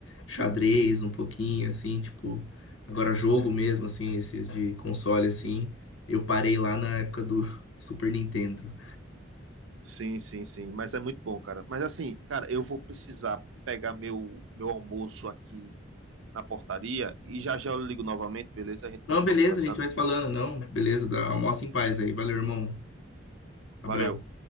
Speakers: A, on the left; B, on the right.
A: Xadrez, um pouquinho, assim, tipo... Agora, jogo mesmo, assim, esses de console, assim. Eu parei lá na época do <laughs> Super Nintendo.
B: Sim, sim, sim. Mas é muito bom, cara. Mas assim, cara, eu vou precisar pegar meu, meu almoço aqui na portaria e já já eu ligo novamente, beleza? A gente
A: Não,
B: continua
A: beleza,
B: conversando.
A: a gente vai se falando, não. Beleza, dá- almoça em paz aí. Valeu, irmão. Abraço.
B: Valeu.